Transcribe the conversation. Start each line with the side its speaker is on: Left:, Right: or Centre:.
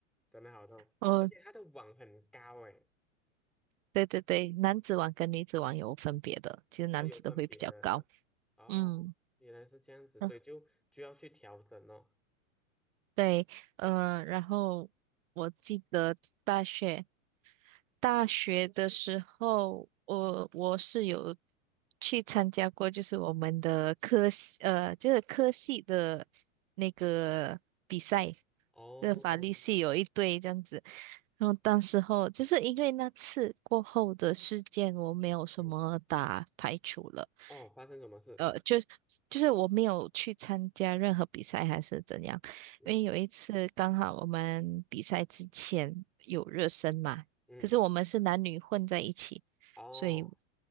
Centre: 真的好痛，
Right: 哦，
Centre: 而且他的网很高诶，
Right: 对对对，男子网跟女子网有分别的，其实男子的会比较高。
Centre: 哦，有分别的哦，
Right: 嗯，
Centre: 原来是这样子，
Right: <laughs> 嗯
Centre: 所以就就要去调整哦。
Right: 对，嗯，然后我记得大学。大学的时候，我我是有去参加过，就是我们的科系，呃，就是科系的那个比赛，
Centre: 哦，
Right: 那法律系有一队这样子。然后当时候就是因为那次过后的事件，我没有什么打排除了。
Centre: 嗯，哦，发生什么事？
Right: 呃，就就是我没有去参加任何比赛还是怎样，
Centre: 嗯
Right: 因为有一次刚好我们比赛之前有热身嘛，
Centre: 嗯，
Right: 可是我们是男女混在一起，
Centre: 哦
Right: 所以